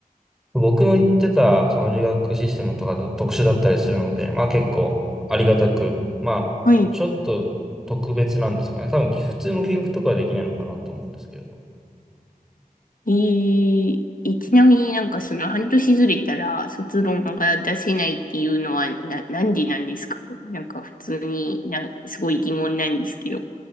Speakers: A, in the centre; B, on the left.
A: 僕の言ってた、その留学システムとかだと特殊だったりするので、まあ結構ありがたく、まあ、
B: はい。
A: ちょっと特別なんですかね。多分普通の休学とかはできないのかなと思うんですけれど。
B: えー、えちなみになんかその半年ずれたら卒論が出せないっていうのはな、なんでなんですかなんか普通になん、すごい疑問なんですけど。